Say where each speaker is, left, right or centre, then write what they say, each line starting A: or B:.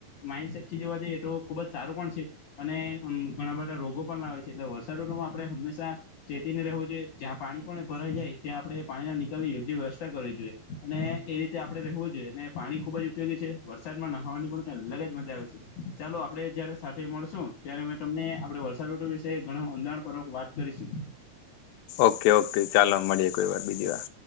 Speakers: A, on the left (about 70°); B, on the left (about 85°).
A: માઇન્ડસેટથી જોવા જઈએ તો ખુબ જ સારું પણ છે અને ઘણા બધા રોગો પણ લાવે છે. એટલે વરસા ઋતુમાં આપણે હંમેશા ચેતીને રહેવું જોઈએ. જ્યાં પાણી પણ ભરાઈ જાય ત્યાં આપણે પાણીના નિકાલ ની યોગ્ય વ્યવસ્થા કરવી જોઈએ અને એ રીતે આપણે રહેવું જોઈએ ને પાણી ખુબ જ ઉપયોગી છે વરસાદમાં નહવાની પણ કઈ અલગ જ મજા આવે છે ચાલો આ આપણે જયારે સાથે મળશું ત્યારે મે તમને આ બધૂ વરસાદઋુતુ વિશે ઘણું અંધાણપૂર્વક વાત કરીશું.
B: ઓકે ઓકે ચાલો મળીએ કોઈ વાર બીજી વાર.